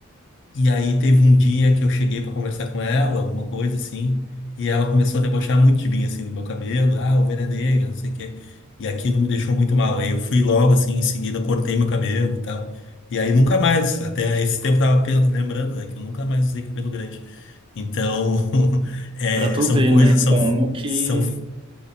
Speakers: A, on the left (about 60°); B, on the right (about 25°).
A: E aí teve um dia que eu cheguei pra conversar com ela, alguma coisa assim, e ela começou a debochar muito de mim, assim, do meu cabelo, ah, ovelha negra, não sei o quê. E aquilo me deixou muito mal. Aí eu fui logo, assim, em seguida cortei meu cabelo e tal. E aí nunca mais, até esse tempo eu tava pe- lembrando, né, que eu nunca mais usei cabelo grande. Então, <laughs> é,
B: pra tu
A: são
B: ver,
A: coisas,
B: né?
A: são,
B: Como que.
A: são,